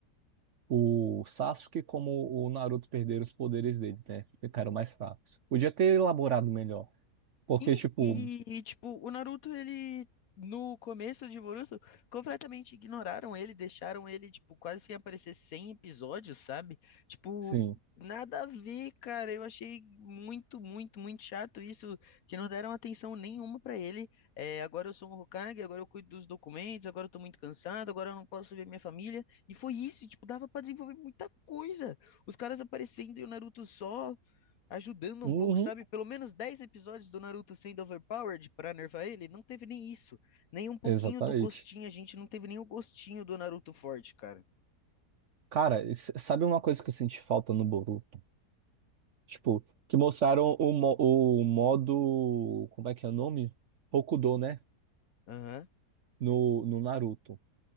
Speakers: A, on the right (about 60°); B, on the left (about 65°).
A: o Sasuke como o Naruto perderam os poderes dele, né? Ficaram mais fracos. Podia ter elaborado melhor, porque,
B: Sim,
A: tipo,
B: e tipo, o Naruto, ele no começo de Boruto, completamente ignoraram ele, deixaram ele tipo quase sem aparecer 100 episódios, sabe? Tipo,
A: sim.
B: nada a ver, cara. Eu achei muito, muito, muito chato isso, que não deram atenção nenhuma pra ele. É, agora eu sou um Hokage, agora eu cuido dos documentos, agora eu tô muito cansado, agora eu não posso ver minha família. E foi isso, tipo, dava pra desenvolver muita coisa. Os caras aparecendo e o Naruto só ajudando
A: Uhum,
B: um pouco, sabe? Pelo menos 10 episódios do Naruto sendo overpowered pra nervar ele, não teve nem isso. Nem um pouquinho
A: exatamente.
B: do gostinho, a gente não teve nem o gostinho do Naruto forte, cara.
A: Cara, s- sabe uma coisa que eu senti falta no Boruto? Tipo, que mostraram o, mo- o modo. Como é que é o nome? Hokudo, né?
B: Aham.
A: No, no Naruto.